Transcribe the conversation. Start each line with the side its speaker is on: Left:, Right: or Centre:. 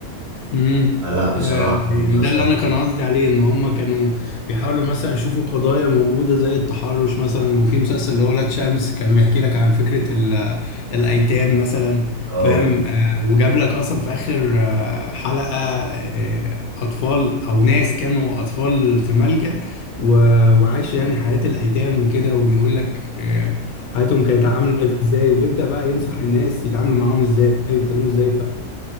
Left: امم
Right: لا بصراحة
Left: آه يعني
Right: مسلسل
Left: ده اللي انا كان
Right: حلو.
Left: قصدي عليه ان هم كانوا بيحاولوا مثلا يشوفوا قضايا موجوده زي التحرش مثلا وفي مسلسل اللي هو ولاد شمس كان بيحكي لك عن فكره ال- الايتام مثلا
Right: اه
Left: فاهم آه وجاب لك اصلا في اخر آه حلقه آه اطفال او ناس كانوا اطفال في ملجأ و- وعاشوا يعني حياه الايتام وكده وبيقول لك آه حياتهم كانت عامله ازاي وبيبدأ بقى ينصح الناس يتعاملوا معاهم ازاي ويتكلموا ازاي